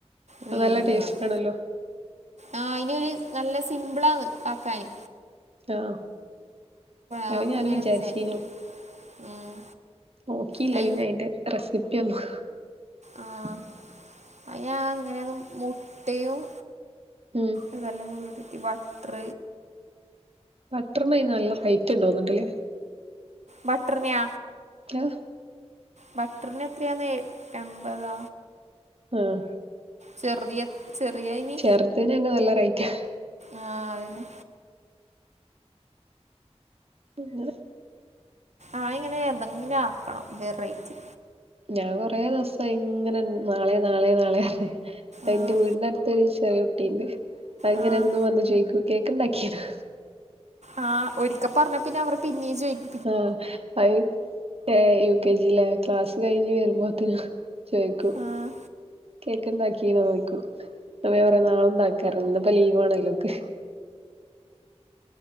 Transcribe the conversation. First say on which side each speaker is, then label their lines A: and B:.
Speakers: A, on the right; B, on the right.
A: റീൽ
B: അത് നല്ല ടേസ്റ്റ്
A: കാണും
B: ആണല്ലോ
A: ആഹ് അയ്നൊരു നല്ല സിമ്പിളാന്ന് ആക്കാന്
B: ആഹ
A: ആക്കാൻ
B: അത് ഞാന
A: ഇങ്ങനെ
B: വിചാരിച്ചേനു.
A: വിചാരിക്കും ഉം.
B: നോക്കിയില്ല
A: ഞാൻ
B: പിന്നെ അയിന്റെ റെസിപ്പി ഒന്നും.
A: ആഹ അ ഇങ്ങനെയത് മുട്ടയും,
B: ഉം
A: അതെല്ലാം ഉ ബട്ടർ
B: ബട്ടറിനായി നല്ല റേറ്റ്ണ്ടോകന്നു ന്നുണ്ട്ല്ലേ.
A: ബട്ടർ നാ.
B: ത
A: ബട്ടറിന് എത്രയാന്നേ എമ്പതാ
B: ആഹ്
A: ചെർതിയത് ചെറിയാനി
B: ചെറുതിന് തന്നെ നല്ല റേറ്റാ
A: ആഹ് അതന്നെ
B: ഇങ്ങനെ
A: ആയിങ്ങനെ എന്തെങ്കിലും ആക്കണം വെറൈറ്റി
B: ഞാൻ കൊറെ ദിവസം ആയി ഇങ്ങനെ നാളെ നാളെ നാളെ.
A: ആഹ്
B: എന്റെ വീടിന്റെ അടു തൊരു ചെറിയ കുട്ടിണ്ട് അത്ങ്ങനെ
A: ആഹ്
B: എന്നും വന്ന് ചോയിക്കൂ കേക്ക്ണ്ടാക്കിണാ
A: ആഹ് ഒരിക്ക പറഞ്ഞ പിന്നെ അവർ പിന്നെയും ചോയിക്ക
B: ആഹ. അയ് ഏ യു കെ ജിയില ക്ലാസ് കഴിഞ്ഞ് വരുമ്പോത്തന്ന. ചോയ്ക്കും.
A: ആഹ്
B: കേക്ക് ഉണ്ടാക്കി ഓൾക്കു. <unintelligible> കൊറെ നാളു ഉണ്ടാക്കാറ്, ഇന്നിപ്പോ ലീവ് ആണ ലോക്ക്.